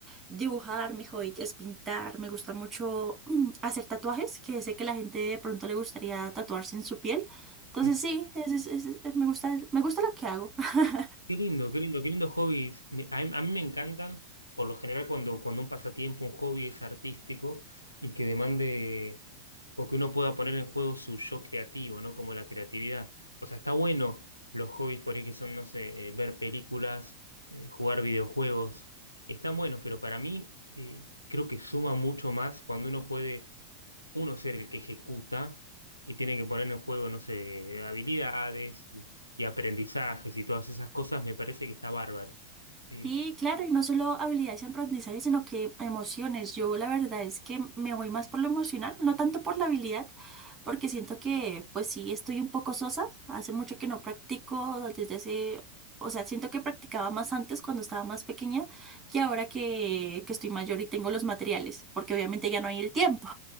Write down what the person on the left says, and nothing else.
Mm.
Qué lindo, qué lindo, qué lindo hobbies. Me- a, mí a mí me encantan, por lo general, cuando, cuando un pasatiempo, un hobby es artístico y que demande o que uno pueda poner en juego su yo creativo, ¿no? Como la creatividad. O sea, está bueno los hobbies por ahí que son, no sé, eh, ver películas, eh, jugar videojuegos. Están buenos, pero para mí eh, creo que suma mucho más cuando uno puede, uno ser el que ejecuta y tiene que poner en juego, no sé, habilidades y, y aprendizajes y todas esas cosas, me parece que está bárbaro. Eh,